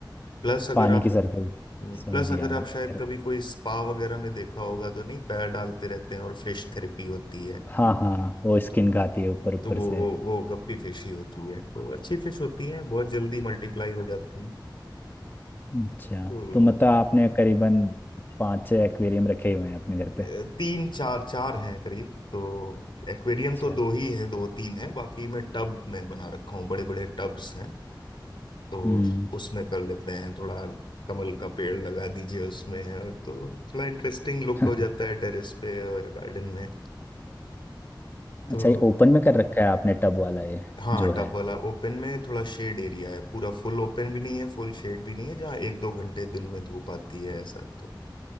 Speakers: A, on the left; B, on the left.
A: प्लस अगर
B: पानी
A: आप
B: की सरफेस
A: हम्म, प्लस
B: समझ
A: अगर
B: गया मैं
A: आप
B: क्या
A: शायद
B: कह
A: कभी
B: रहा
A: कोई स्पा वगैरह में देखा होगा तो नहीं पैर डालते रहते हैं और फिश थेरेपी होती है
B: हूँ हाँ हाँ वो स्किन
A: तो
B: खाती है ऊपर ऊपर
A: तो वो
B: से
A: वो वो गप्पी फिश ही होती है तो अच्छी फिश होती है बहुत जल्दी मल्टीप्लाई हो जाती हैं
B: अच्छा
A: तो
B: तो मतलब आपने करीबन पाँच छह एक्वेरियम रखे हुए हैं अपने घर
A: अ,
B: पे
A: तीन चार चार हैं करीब तो एक्वेरियम
B: अच्छा
A: तो दो ही है दो तीन है बाकी मैं टब में बना रखा हूँ बड़े बड़े टब्स हैं तो
B: हम्म
A: उसमें कर लेते हैं थोड़ा कमल का पेड़ लगा दीजिए उसमें और तो थोड़ा इंटरेस्टिंग लुक
B: <laughs>
A: हो जाता है टेरेस पे और गार्डन में तो
B: अच्छा ये ओपन में कर रखा है आपने टब वाला ये
A: हाँ
B: जो है
A: टब वाला ओपन में थोड़ा शेड एरिया है पूरा फुल ओपन भी नहीं है फुल शेड भी नहीं है जहाँ एक दो घंटे दिन में धूप आती है ऐसा तो